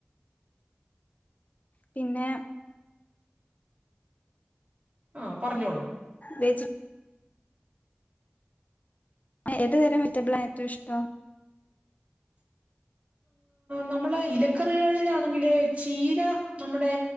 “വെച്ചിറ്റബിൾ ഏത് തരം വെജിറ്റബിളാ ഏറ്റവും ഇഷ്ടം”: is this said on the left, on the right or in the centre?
Left